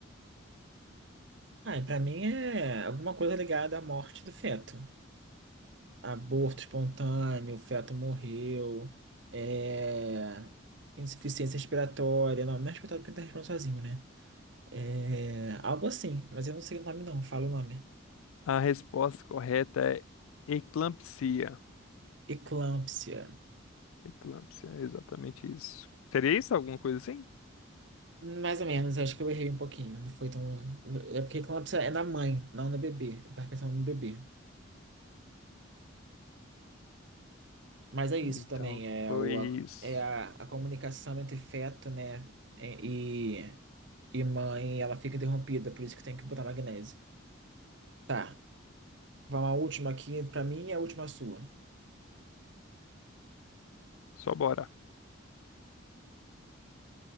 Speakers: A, on the right; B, on the left.
A: Ai, pra mim é alguma coisa ligada à morte do feto. Aborto espontâneo, o feto morreu. É... Insuficiência respiratória. Não, não é respiratória porque ele tá respirando sozinho, né? É, algo assim, mas eu não sei o nome não, fala o nome.
B: A resposta correta é eclampsia.
A: Eclâmpsia.
B: Eclampsia, é exatamente isso. Seria isso? Alguma coisa assim?
A: Mais ou menos, acho que eu errei um pouquinho. Não foi tão. É porque eclâmpsia é na mãe, não no bebê. Eu tava pensando no bebê. Mas é isso
B: Então,
A: também, é,
B: foi
A: o, a,
B: isso.
A: é a, a comunicação entre feto, né? E, e mãe, ela fica interrompida, por isso que tem que botar magnésio. Tá, vamos à última aqui, pra mim é a última sua.
B: Só bora.